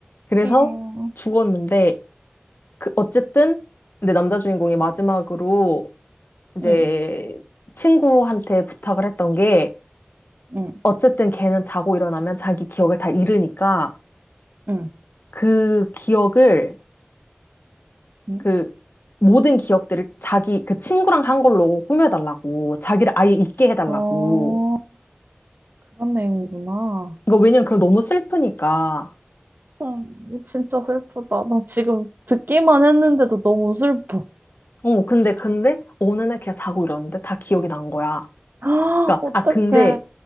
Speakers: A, on the left; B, on the right.
A: 그래서
B: 띵.
A: 죽었는데 그 어쨌든 근데 남자 주인공이 마지막으로 이제
B: 응,
A: 친구한테 부탁을 했던 게
B: 응,
A: 어쨌든 걔는 자고 일어나면 자기 기억을 다 잃으니까
B: 응.
A: 그 기억을
B: 응.
A: 그 모든 기억들을 자기 그 친구랑 한 걸로 꾸며달라고 자기를 아예 잊게 해달라고.
B: 어, 그런 내용이구나.
A: 그러니까 왜냐면 그럼 너무 슬프니까.
B: 음, 진짜 슬프다. 나 지금 듣기만 했는데도 너무 슬퍼.
A: 어 근데 근데 어느 날 걔가 자고 일어났는데 다 기억이 난 거야.
B: <gasps> 아,
A: 그러니까
B: 어떡해.
A: 아 근데